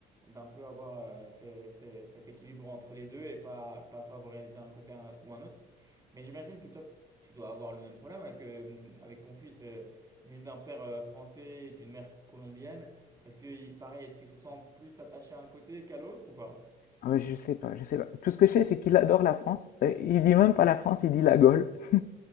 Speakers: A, on the right; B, on the left.
A: d'un peu avoir euh, ces- ces- cet équilibre entre les deux et pas, pas favoriser un côté un- ou un autre. Mais j'imagine que toi, tu dois avoir le même problème avec, euh, avec ton fils, euh, né d'un père euh, français et d'une mère colombienne. Est-ce que, pareil, est-ce qu'il se sent plus attaché à un côté qu'à l'autre ou pas?
B: Ah ouais, je sais pas, je sais pas. Tout ce que je sais, c'est qu'il adore la France. Euh, Il dit même pas la France, il dit la Gaule. <laughs>